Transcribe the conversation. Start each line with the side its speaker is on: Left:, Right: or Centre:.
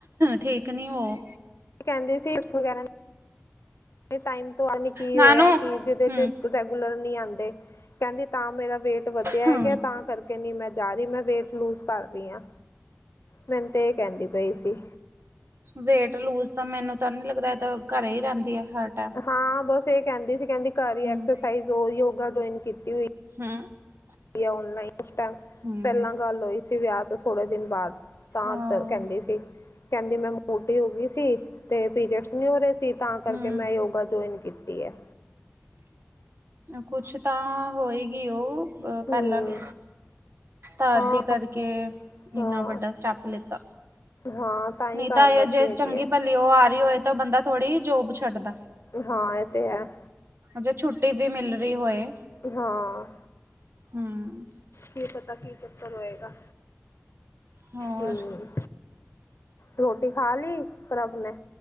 Right: ਠੀਕ ਨੀ ਹੋ
Left: ਕਹਿੰਦੇ ਸੀਟਸ ਵਗੈਰਾ ਟਾਈਮ ਤੋਂਨ ਕੀ
Right: ਨਾਨੂ
Left: ਹੋਇਆ ਕਿ ਜਿਹਦੇ
Right: ਹੂੰ
Left: ਚ ਰੈਗੂਲਰ ਨਹੀਂ ਆਉਂਦੇ ਕਹਿੰਦੀ ਤਾਂ ਮੇਰਾ ਵੇਟ ਵਧਿਆ
Right: ਹੂੰ
Left: ਹੈਗਾ ਤਾਂ ਕਰਕੇ ਨਹੀਂੀ ਮੈਂ ਜਾ ਰਹੀ ਮੈਂ ਵੇਟ ਲੂਜ ਕਰ ਰਹੀ ਹਾਂ ਮੈਨੂੰ ਤੇ ਇਹ ਕਹਿੰਦੀ ਪਈ ਸੀ
Right: ਵੇਟ ਲੂਜ ਤਾਂ ਮੈਨੂੰ ਤਾਂ ਨੀ ਲੱਗਦਾ ਘਰੇ ਹੀ ਰਹਿੰਦੀ ਆ ਹਾਰਟ
Left: ਹਾਂ ਬਸ ਇਹ ਕਹਿੰਦੀ ਸੀ ਕਹਿੰਦੀ ਕਰਹੀ
Right: ਹੂੰ
Left: ਐਕਸਰਸਾਈਜ਼ ਯੋਗਾ ਜੁਆਇਨ ਕੀਤੀ ਹੋਈ
Right: ਹਾਂ
Left: ਨਲਾਈਨ ਉਸ ਟਾਈਮ
Right: ਹੂੰ
Left: ਪਹਿਲਾਂ ਗੱਲ ਹੋਈ ਸੀ ਵਿਆਹ ਤੋਂ ਥੋੜੇ ਦਿਨ ਬਾਅਦ ਤਾਂ
Right: ਹਾਂ
Left: ਕਹਿੰਦੀ ਸੀ ਕਹਿੰਦੀ ਮੈਂ ਮੋਟੀ ਹੋ ਗਈ ਸੀ ਤੇ ਪੀਰੀਅਡਸ ਨ ਹੋ ਰਹੇ ਸੀ ਤਾਂ ਕਰਕੇ
Right: ਹੂੰ
Left: ਮੈਂ ਯੋਗਾ ਜੁਆਇਨ ਕੀਤੀ ਹੈ
Right: ਕੁਛ ਤਾਂ ਹੋਏਗੀ ਉਹ
Left: ਹਮ
Right: ਪਹਿਲਾਂ ਦੀ ਤਾਂ
Left: ਹਾਂ
Right: ਅਦੇ ਕਰਕੇ
Left: ਹਾਂ
Right: ਇੰਨਾ ਵੱਡਾ ਸਟੈਪ ਲਿੱਤਾ
Left: ਹਾਂ ਹੀ
Right: ਨਹੀਂ
Left: ਘਰ
Right: ਤਾਂ ਇਹ
Left: ਬੈਠੀ
Right: ਜੇ
Left: ਹੈਗੀ
Right: ਚੰਗੀ
Left: ਹੈ
Right: ਭੱਲ ਉਹ ਆ ਰਹੀ ਹੋਏ ਤਾਂ ਬੰਦਾ ਥੋੜ੍ਹੀ ਜੋਬ ਛੱਡਦਾ
Left: ਹਾਂ ਇਹ ਤੇ ਹੈ
Right: ਜੇ ਛੁੱਟੀ ਵੀ ਮਿਲ ਰਹੀ ਹੋਏ
Left: ਹਾਂ
Right: ਹੂੰ
Left: ਕੀ ਪਤਾ ਕੀ ਚੱਕਰ ਹੋਏਗਾ
Right: ਹੋਰ
Left: ਹਮ ਰੋਟੀ ਖਾ ਲਈ ਕਰਬ ਨੇ